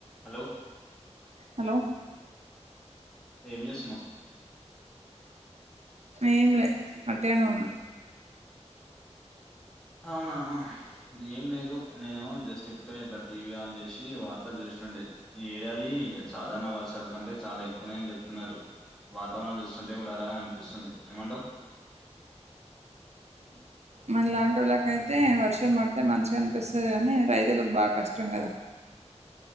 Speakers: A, in the centre; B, on the right.
A: Hello
B: hello
A: ఏం చేస్తున్నావ్
B: ఏం లే వట్టిగానే ఉన్నా
A: అవునా ఏం లేదు నేను జస్ట్ ఇప్పుడే ఇట్లా టీవీ ఆన్ చేసి వార్తలు చూసి టే ఈ ఏడాది సాధారణ వర్షాల కంటే చాలా ఎక్కువనే అని చెప్తున్నారు వాతావరణం చూస్తుంటే కూడా ప్పు అలాగ అనిపిస్తుంది ఏమంటావ్
B: మనలాంటి వాళ్ళక అయితే వర్షం పడితే మంచిగా అనిపిస్తుంది అని రైతులకు బాగా కష్టం కదా